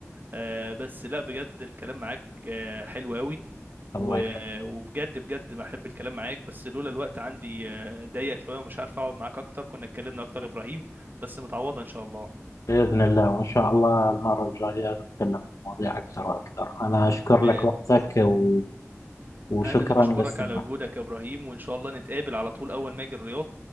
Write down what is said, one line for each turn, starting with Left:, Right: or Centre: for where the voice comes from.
Right: آه بس لا بجد الكلام معاك آه حلو قوي و-
Left: الله يخليك
Right: وبجد بجد بحب الكلام معاك بس لولا الوقت عندي آه ضيق شويه ومش عارف اقعد معاك اكتر كنا اتكلمنا اكتر يا ابراهيم بس متعوضه ان شاء الله
Left: بإذن الله وإن شاء الله المرة الجاية نتكلم في مواضيع أكثر وأكثر أنا أشكر
Right: ب...
Left: لك وقتك و... وشكرا
Right: انا اللي بشكرك
Left: للاستماع
Right: على وجودك يا ابراهيم وان شاء الله نتقابل على طول اول ما اجي الرياض